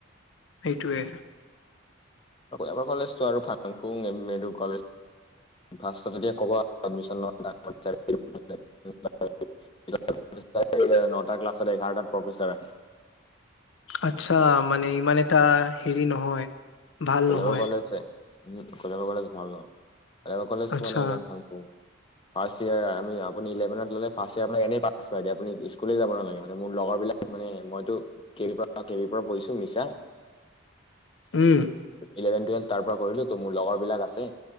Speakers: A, on the left; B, on the left.
A: সেইটোৱে
B: মাৰ কলেজটো আৰু ফাং ফুং ক ফ্ষ কব নটা ক্লাছত এঘাৰটাত প্ৰফেচাৰ আহে
A: আচ্ছা মানে ইমান এটা হেৰি নহয় ভাল
B: খোলোবৰ
A: নহয়
B: কলেজ উ কলে ক ভাল আমাৰ কলেজটো
A: আচ্ছা
B: মানে একদম ভাং প ফাৰ্ষ্ট ইয়ি আপুভেনত ললে ফাৰ্ষ ইয়ৰ এনেই পাছ কৰা দে আপুনি স্কুলে যাব নালাগে মানে মোৰ লগৰ বিলাক মানে মইো কে পৰা কে পৰাঢিছো মছা
A: উম
B: ইলেভেন টুৱেলভ তাৰ পৰা কৰিলো ত' মোৰ লগৰ বিলাক আছে